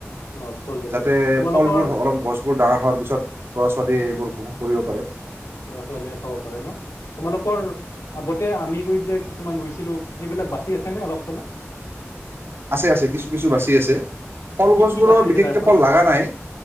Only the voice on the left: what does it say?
অ ফলজাতীয়
তোমালোকৰ
লৰা-ছোৱালীয়ে খাব পাৰে ন? তোমালোকৰ আগতে আমি গৈ যে কিছুমান ৰুইছিলো সেইবিলাক বাচি আছে নে অলপ চলপ?
কি
কি বাচি আছে
তাৰ পৰা